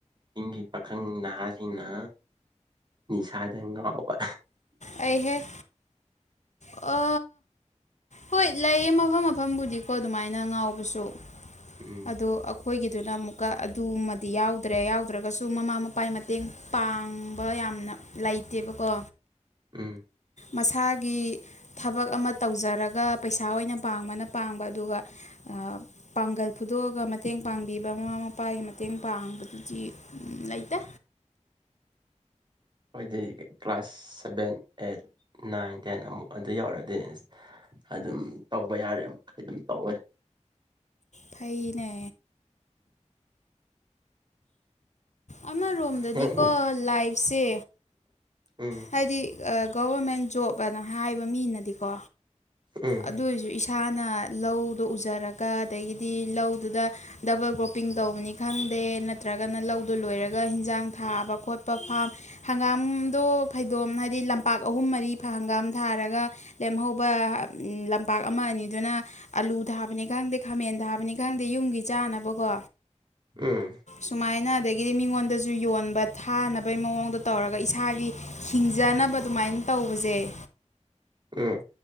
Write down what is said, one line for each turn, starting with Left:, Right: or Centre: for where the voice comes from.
Right: ꯆꯤꯡꯒꯤ ꯄꯥꯈꯪ ꯅꯍꯥꯁꯤꯡꯅ ꯅꯤꯁꯥꯗ ꯉꯥꯎꯕ
Left: ꯑꯩꯍꯦ ꯑꯣ ꯍꯣꯏ ꯂꯩꯌꯦ ꯃꯐꯝ ꯃꯐꯝꯕꯨꯗꯤꯀꯣ ꯗꯨꯃꯥꯏꯅ ꯉꯥꯎꯕꯁꯨ
Right: ꯎꯝ
Left: ꯑꯗꯣ ꯈꯣꯏꯒꯤꯗꯨꯅ ꯑꯃꯨꯛꯀ ꯑꯗꯨꯃꯗꯤ ꯌꯥꯎꯗ꯭ꯔꯦ ꯌꯥꯎꯗ꯭ꯔꯒꯁꯨ ꯃꯃꯥ ꯃꯄꯥꯏ ꯃꯇꯦꯡ ꯄꯥꯡꯕ ꯌꯥꯝ ꯌꯥꯝꯅ ꯂꯩꯇꯦꯕꯀꯣ
Right: ꯎꯝ
Left: ꯃꯁꯥꯒꯤ ꯊꯕꯛ ꯑꯃ ꯇꯧꯖꯔꯒ ꯄꯩꯁꯥ ꯑꯣꯏꯅ ꯄꯥꯡꯕꯅ ꯄꯥꯡꯕ ꯑꯗꯨꯒ ꯑ ꯄꯥꯡꯒꯜ ꯐꯨꯗꯣꯛꯑꯒ ꯃꯇꯦꯡ ꯄꯥꯡꯕꯤꯕ ꯃꯃꯥ ꯃꯄꯥꯒꯤ ꯃꯇꯦꯡ ꯄꯥꯡꯕꯗꯨꯗꯤ ꯂꯩꯇꯦ꯫
Right: ꯑꯣꯏꯗꯤ class seven eight nine ten ꯑꯃꯨꯛ ꯑꯗꯨ ꯌꯧꯔꯗꯤ ꯑꯁ ꯑꯗꯨꯝ ꯇꯧꯕ ꯌꯥꯔꯦ ꯃꯈꯩ ꯑꯗꯨꯝ ꯇꯧꯋꯦ
Left: ꯐꯩꯅꯦ ꯑꯃꯔꯣꯝꯗꯗꯤꯀꯣ
Right: ꯎꯝ
Left: ꯂꯥꯏꯐꯁꯦ
Right: ꯎꯝ
Left: ꯍꯥꯏꯗꯤ ꯒꯚꯔꯃꯦꯟ ꯖꯣꯕ ꯑꯅ ꯍꯥꯏꯕ ꯃꯤꯅꯗꯤꯀꯣ
Right: ꯎꯝ
Left: ꯑꯗꯨ ꯑꯣꯏꯔꯁꯨ ꯏꯁꯥꯅ ꯂꯧꯗꯣ ꯎꯖꯔꯒ ꯑꯗꯒꯤꯗꯤ ꯂꯧꯗꯨꯗ ꯗꯕꯜ ꯒ꯭ꯔꯣ ꯀ ꯄꯤꯡ ꯇꯧꯕꯅꯤ ꯈꯪꯗꯦ ꯅꯠꯇ꯭ꯔꯒꯅ ꯂꯧꯗꯣ ꯂꯣꯏꯔꯒ ꯍꯤꯟꯁꯥꯡ ꯊꯥꯕ ꯈꯣꯠꯄ ꯐꯥꯝ ꯍꯪꯒꯥꯝ ꯑꯗꯣ ꯐꯩꯗꯣꯝ ꯍꯥꯏꯕꯗꯤ ꯂꯝꯄꯥꯛ ꯑꯍꯨꯝ ꯃꯔꯤ ꯍꯪꯒꯥꯝ ꯊꯥꯔꯒ ꯂꯦꯝꯍꯧꯕ ꯂꯝꯄꯥꯛ ꯑꯃ ꯑꯅꯤꯗꯨꯅ ꯑꯂꯨ ꯊꯥꯕꯅꯤ ꯈꯪꯗꯦ ꯈꯥꯃꯦꯟ ꯊꯥꯕꯅꯤ ꯈꯪꯗꯦ ꯌꯨꯝꯒꯤ ꯆꯥꯅꯕꯀꯣ
Right: ꯎꯝ
Left: ꯁꯨꯃꯥꯏꯅꯥ ꯑꯗꯒꯤꯗꯤ ꯃꯤꯉꯣꯟꯗꯁꯨ ꯌꯣꯟꯕ ꯊꯥꯅꯕꯩ ꯃꯑꯣꯡꯗ ꯇꯧꯔꯒ ꯏꯁꯥꯒꯤ ꯍꯤꯡꯖꯅꯕ ꯑꯗꯨꯃꯥꯏꯅ ꯇꯧꯕꯖꯩ
Right: ꯎꯝ